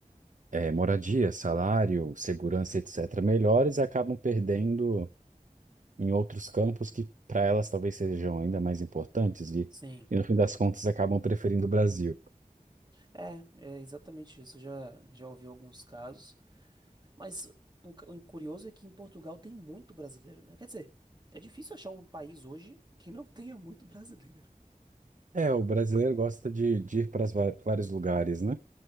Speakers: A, on the right; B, on the right.
A: é, moradia, salário, segurança, etc., melhores, acabam perdendo. em outros campos que para elas talvez sejam ainda mais importantes e,
B: Sim,
A: e no fim das contas acabam preferindo o Brasil.
B: é, é exatamente isso. Eu Já já ouvi alguns casos, mas o cu- o curioso é que em Portugal tem muito brasileiro, né? Quer dizer, é difícil achar um país hoje que não tenha muito brasileiro.
A: É, o brasileiro gosta de, de ir para vários lugares, né?